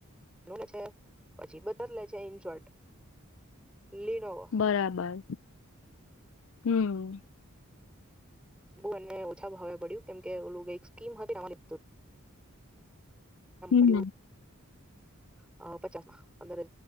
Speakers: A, in the centre; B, on the left (about 65°).
A: <unintelligible> <inaudible> <unintelligible> લીનોવા
B: બરાબર હમ્મ.
A: બહુ એમને ઓછા ભાવે પડ્યો કેમ કે સ્કીમ હતી <unintelligible> જલ્પનામાં
B: હમ્મ.
A: પડ્યું હ અ પચા પંદર